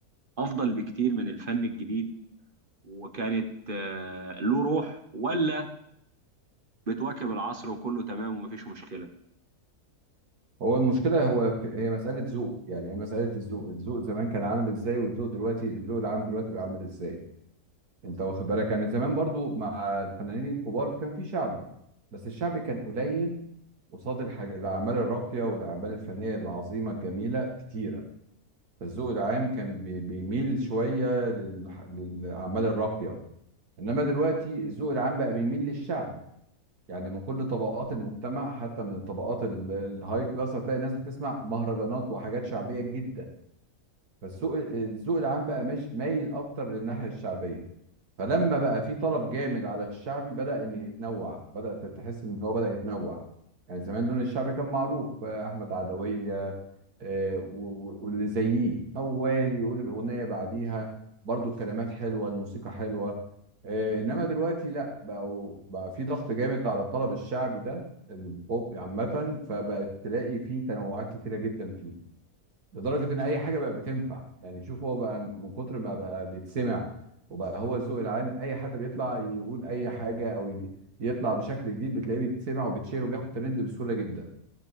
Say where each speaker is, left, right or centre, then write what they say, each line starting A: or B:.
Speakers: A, on the right; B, on the right.
A: افضل بكتير من الفن الجديد وكانت آه، له روح ولا بتواكب العصر وكله تمام ومفيش مشكله
B: هو المشكله هو في هي مساله ذوق يعني هي مساله الذوق الذوق زمان كان عامل ازاي والذوق دلوقتي الذوق العام دلوقتي بقى عامل ازاي انت واخد بالك يعني زمان برضو مع الفنانين الكبار كان في شعبي بس الشعبي كان قليل قصاد الحاجة الأعمال الراقية والأعمال الفنية العظيمة الجميلة كتيرة فالذوق العام كان بي- بيميل شوية لل- للأعمال الراقية إنما دلوقتي الذوق العام بقى بيميل للشعبي يعني من كل طبقات المجتمع حتى من الطبقات ال- الهاي كلاس هتلاقي ناس بتسمع مهرجانات وحاجات شعبية جدا فالسوق الذوق العام بقى مش مايل اكتر للناحيه الشعبيه فلما بقى في طلب جامد على الشعبي بدا ان يتنوع بدا تحس ان هو بدا يتنوع يعني زمان لون الشعبي كان معروف آه، احمد عدويه آه، و- و- واللي زيه موال يقول الاغنيه بعديها برضو الكلمات حلوه الموسيقى حلوه آه، انما دلوقتي لا بقوا بقى في ضغط جامد على الطلب الشعبي ده البوب عامه فبقت تلاقي فيه تنوعات كتيره جدا فيه لدرجه ان اي حاجه بقى بتنفع يعني شوف هو بقى من كتر ما بقى بيتسمع وبقى هو الذوق العام اي حد بيطلع يقول اي حاجه او ي- يطلع بشكل جديد بتلاقيه بيتسمع وبيتشير وبياخد ترند بسهوله جدا